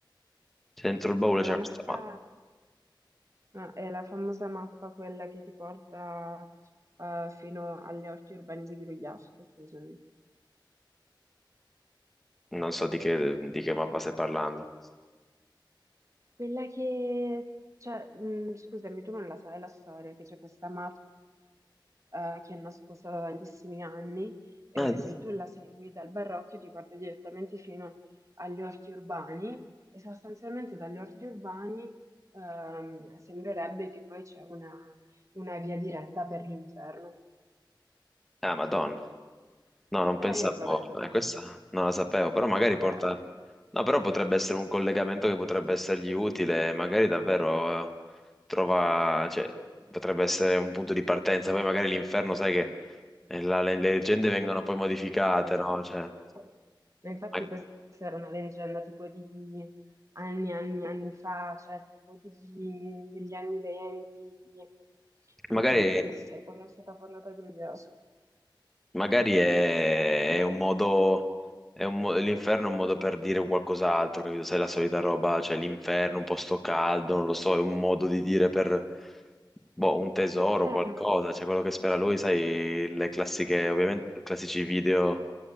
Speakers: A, in the centre; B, on the right (about 40°).
A: Cioè, dentro il baule
B: Ma
A: c'era
B: la mappa
A: questa mappa,
B: ma è la famosa mappa quella che ti porta eh, fino agli orti urbani di Grugliasco, scusami.
A: non so di che, di che mappa stai parlando.
B: Quella che, cioè, mh, scusami, tu non la sai la storia, che c'è questa mappa eh, che è nascosta da tantissimi anni e
A: Ah, di-
B: se tu la segui dal Barocchio ti porta direttamente fino agli orti urbani e sostanzialmente dagli orti urbani ehm, sembrerebbe che poi c'è una una via diretta per l'inferno.
A: ah, Madonna. No, non
B: Eh,
A: pensavo,
B: vabbè, ovviamente.
A: eh, questa non la sapevo, però magari
B: Vabbè,
A: porta... No, però potrebbe essere un collegamento che potrebbe essergli utile, magari davvero eh, trova, cioè, potrebbe essere un punto di partenza, poi magari l'inferno, sai che eh, la- le, le leggende
B: oh, sì,
A: vengono
B: ma...
A: poi modificate,
B: Esatto.
A: no? Cioè,
B: Ma infatti
A: ma-
B: questa era una leggenda tipo di anni, anni, anni fa, cioè tipo di- degli anni venti, di- in
A: magari...
B: cui, sai, quando è stata fondata Gruglioso.
A: Magari è, è un modo, è un mo- l'inferno è un modo per dire qualcos'altro, capito? Sai, la solita roba, cioè l'inferno, un posto caldo, non lo so, è un modo di dire per, boh, un tesoro,
B: Eh,
A: qualcosa,
B: ma
A: cioè quello che spera lui, sai, le classiche, ovviamente, classici video,